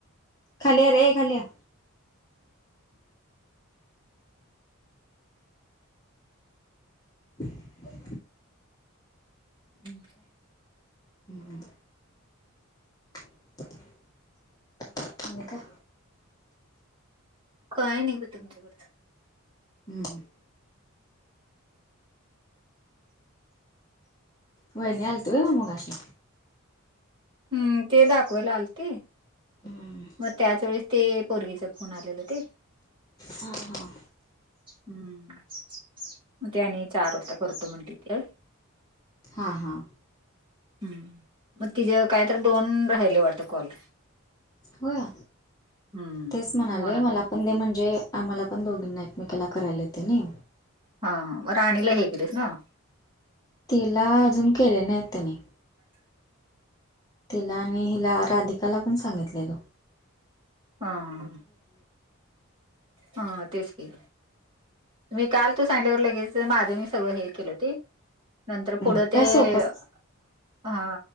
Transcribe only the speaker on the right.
ब् <inaudible>
का नाही ब तुमच्याकडेच.
हम्म ते दाखवायला आलते.
मग त्याचवेेळेस ते पोरगीचा फोन आलेल ते.
हम्म, मग ते आणि चार करतो म्हण तथ.
हम् मग तिथं काय तर दोन राहिले वाटते कॉल.
हम्म.
म्हणत
होती
हा मग राणीला हे केलेस ना.
ह.
हा ह हा तेचं कि. मी काल तू सांगितलावर लगेच माझं मी सगळं हे केलं ते. नंतर
पुढं ते
हा.